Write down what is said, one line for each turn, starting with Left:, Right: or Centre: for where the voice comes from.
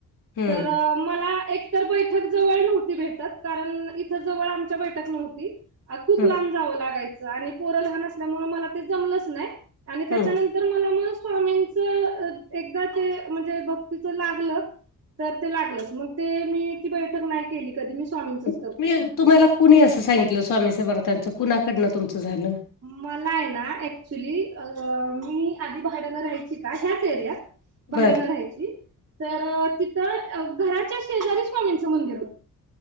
Left: हम्म.
Right: तर मला एक. तर बैठक जवळ नव्हती भेटत कारण इथ जवळ आमच्या बैठक नव्हती. खूप
Left: हम्म
Right: लांब जावं लागायचं आणि पोरं लहान असल्यामुळे मला ते जमलंच नाही आणि त्याच्यानंतर.
Left: हम्म.
Right: स्वामींच एकदा ते म्हणजे भक्तीच लागलं तर ते लागलंच मग. ते मी ती बैठक नाही केली कधी मी स्वामींचच
Left: तुम्ही
Right: करते.
Left: तुम्हाला कुणी असं सांगितलं स्वामी समर्थनच कुणाकडनं तुमचं झालं.
Right: मला आहे ना ऍक्च्युली मी आधी भाड्यान राहायची का ह्याच एरियात. भाड्यानं
Left: बर
Right: राहायची तर, तिथ घराच्या शेजारी स्वामींचं मंदिर होत.